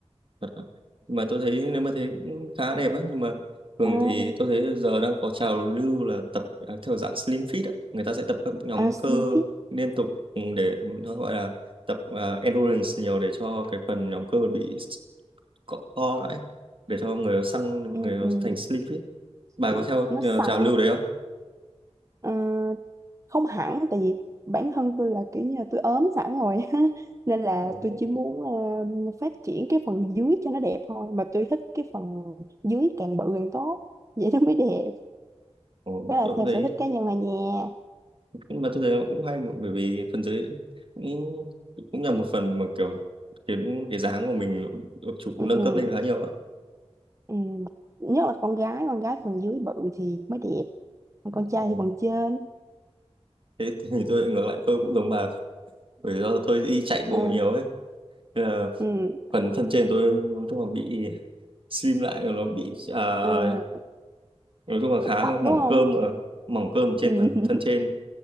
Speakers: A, on the right; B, on the right.
A: thật đấy. Nhưng mà tôi thấy nếu mà thế cũng khá đẹp á nhưng mà thường
B: à
A: thì
B: đi
A: tôi thấy giờ đang có trào lưu là tập à, theo dạng slim fit á. Người ta sẽ tập các nhóm
B: à
A: cơ
B: slim fit
A: liên tục ừ, để nó gọi là tập à, endurance nhiều để cho cái phần nhóm cơ bị co co lại để cho người nó săn
B: ừ,
A: người nó
B: ừ,
A: thành slim fit bà
B: ừ,
A: có theo
B: nó
A: à,
B: săn
A: trào lưu đấy không
B: Ờ, không hẳn tại vì bản thân tôi là kiểu như là tôi ốm sẵn rồi á. <laughs> nên là
A: Ồ,
B: tôi
A: ồ,
B: chỉ muốn ờ, phát triển cái phần dưới cho nó đẹp thôi mà tôi thích cái phần dưới càng bự càng tốt vậy nó mới đẹp
A: tôi
B: Đó là
A: cũng
B: theo
A: thấy
B: sở thích cá nhân là nha.
A: nhưng mà tôi thấy nó cũng hay mà, bởi vì phần dưới cũng cũng là một phần mà kiểu khiến cái dáng của mình được chụp
B: Ừ,
A: nâng
B: ừ,
A: cấp lên khá nhiều ạ
B: ừ. Nhất là con gái, con gái phần dưới bự thì mới đẹp, còn
A: Ừ.
B: con trai thì phần trên.
A: thế thì <laughs> tôi lại ngược lại tôi cũng giống bà bởi do tôi đi chạy bộ
B: Ừ,
A: nhiều ấy Thế là
B: ừ,
A: phần thân trên tôi nói chung là bị slim lại nó bị à,
B: ừ.
A: nói chung là khá
B: Thích tập
A: mỏng
B: đúng không?
A: cơm mà. mỏng cơm trên
B: Ừ. <laughs>
A: phần thân trên